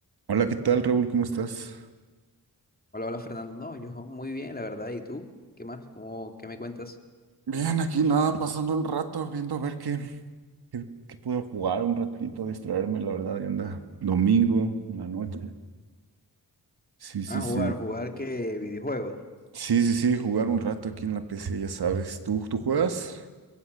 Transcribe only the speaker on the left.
Hola, hola Fernando. No, yo muy bien, la verdad. ¿Y tú? ¿Qué más? ¿Cómo, qué me cuentas?
Ah,
jugar, jugar qué videojuegos.